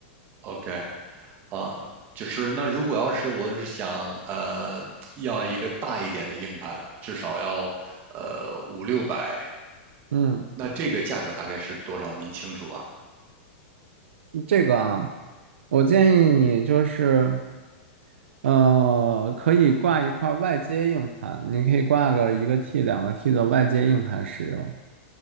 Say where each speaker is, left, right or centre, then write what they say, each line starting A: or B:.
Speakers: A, on the right; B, on the right.
A: ？OK 啊，就是那如果要是我是想呃要一个大一点的硬盘，至少要呃五六百，五六百
B: 嗯，
A: 那这个价格大概是多少？您清楚吗？
B: 这个啊，我建议你就是，呃，可以挂一块外接硬盘，你可以挂个一个 T、两个 T 的外接硬盘使用。